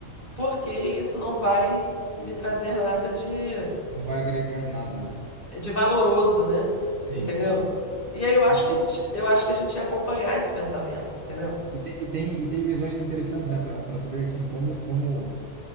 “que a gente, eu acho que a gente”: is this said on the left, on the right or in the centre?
Left